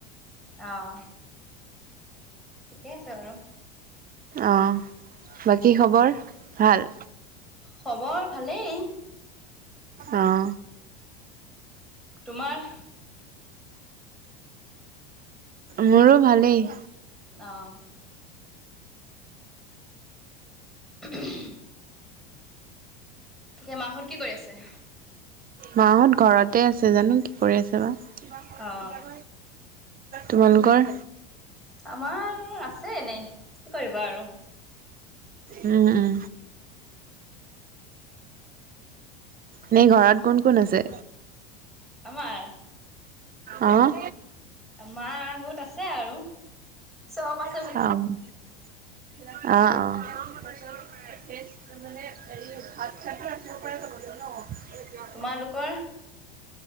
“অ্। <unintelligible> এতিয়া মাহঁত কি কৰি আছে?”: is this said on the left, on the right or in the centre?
Centre